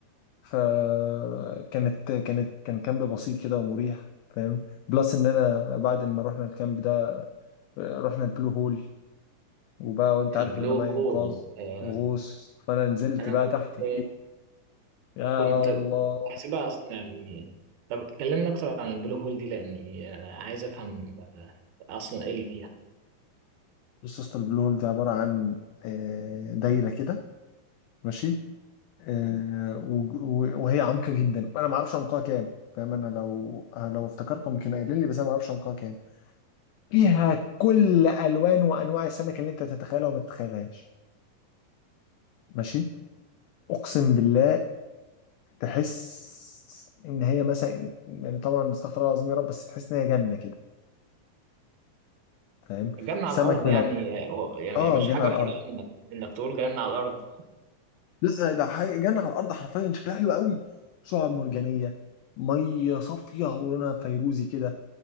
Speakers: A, on the left; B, on the right.
A: فكانت كانت كان كامب بسيط كده ومريح فاهم بلس إن أنا بعد ما رحنا الكامب ده آه، رحنا البلو هول وبقى وأنت
B: البلو
A: عارف إن أنا معايا
B: هول
A: إنقاذ
B: آه،
A: وغوص فأنا نزلت
B: انا
A: بقى
B: كنت
A: تحت إيه يا
B: كنت
A: الله
B: كنت بحسبها اصلا يعني طب كلمنا اكتر عن البلو هول دي لاني آه، عايز افهم آه، اصلا ايه اللي فيها
A: بص يا اسطى البلو هول ده عبارة عن آه، دايرة كده ماشي آه، وج- و- وهي عمقة جدا أنا ما أعرفش عمقها كام فاهم أنا لو آه، لو افتكرت ممكن قايلين لي بس أنا ما أعرفش عمقها كام فيها كل ألوان وأنواع السمك اللي أنت تتخيلها وما تتخيلهاش ماشي أقسم بالله تحس إن هي مثلا يعني طبعا استغفر الله العظيم يا رب بس تحس إن هي جنة كده فاهم
B: الجنة
A: سمك
B: على الأرض
A: من
B: يعني
A: الأول
B: آه، يعني
A: آه
B: مش
A: جنة
B: حاجة
A: على
B: حرام
A: الأرض
B: إنك إنك تقول جنة على الأرض
A: لا ده حاجه جنه على الارض حرفيا شكلها حلو قوي شعاب مرجانيه ميه صافيه ولونها فيروزي كده